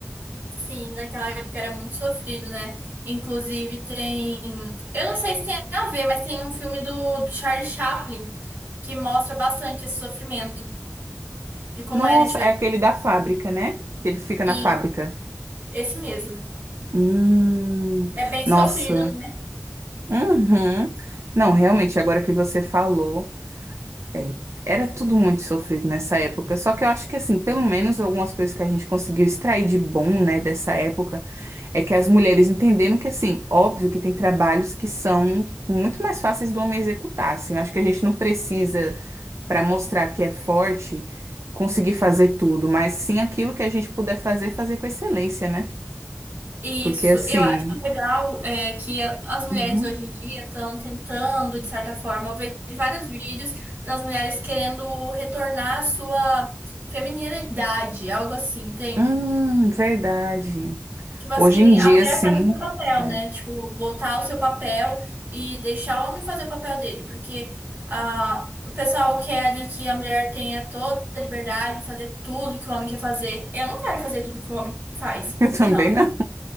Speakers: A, on the right; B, on the right.
A: Sim, naquela época era muito sofrido, né? Inclusive tem. Eu não sei se tem a ver, mas tem um filme do Charlie Chaplin que mostra bastante esse sofrimento, de como
B: Nossa,
A: era antigamente.
B: é aquele da fábrica, né? Que Ele fica na
A: E
B: fábrica.
A: esse mesmo.
B: Hum,
A: É bem
B: nossa.
A: sofrido, né?
B: Uhum. Não, realmente, agora que você falou. É, Era tudo muito sofrido nessa época. Só que eu acho que, assim, pelo menos algumas coisas que a gente conseguiu extrair de bom, né, dessa época, é que as mulheres entenderam que, assim, óbvio que tem trabalhos que são muito mais fáceis do homem executar, assim. Eu acho que a gente não precisa, para mostrar que é forte, conseguir fazer tudo, mas sim aquilo que a gente puder fazer, fazer com excelência, né?
A: Isso.
B: Porque, assim.
A: Eu acho legal é, que a- as mulheres
B: Uhum.
A: hoje em dia estão tentando, de certa forma. Eu vejo vários vídeos das mulheres querendo retornar à sua feminilidade, algo assim, entende?
B: Hum, verdade.
A: Tipo assim,
B: Hoje em dia,
A: a mulher
B: sim.
A: faz o seu papel,
B: É,
A: né? Tipo, voltar ao seu papel e deixar o homem fazer o papel dele, porque ah, o pessoal quer ali que a mulher tenha toda a liberdade de fazer tudo que o homem quer fazer. Eu não quero fazer tudo que o homem faz.
B: <laughs> eu também
A: Não.
B: não.